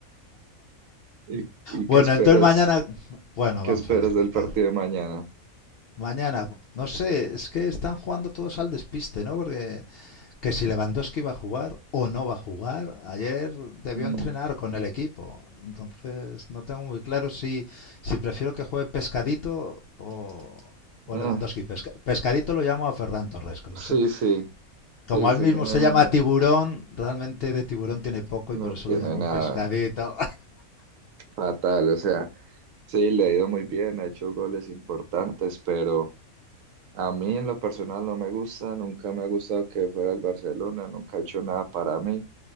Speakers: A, on the right; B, on the left.
A: ¿Y, y
B: Bueno,
A: qué esperas?
B: entonces mañana, bueno,
A: ¿Qué
B: vamos
A: esperas
B: a ver
A: del
B: qué tal.
A: partido de mañana?
B: Mañana, no sé, es que están jugando todos al despiste, ¿no? Porque que si Lewandowski va a jugar o no va a jugar, ayer debió
A: Mm,
B: entrenar con el equipo. Entonces no tengo muy claro si, si prefiero que juegue Pescadito o, o
A: ah,
B: Lewandowski. Pesca- pescadito lo llamo a Ferran Torres, como,
A: sí,
B: se,
A: sí,
B: como
A: sí, sí,
B: él mismo
A: no,
B: se llama Tiburón, realmente de tiburón tiene poco
A: no
B: y por eso
A: tiene
B: lo llamo
A: nada
B: Pescadito.
A: fatal. O sea, sí, le ha ido muy bien, ha hecho goles importantes, pero... A mí en lo personal no me gusta, nunca me ha gustado que fuera el Barcelona, nunca ha hecho nada para mí.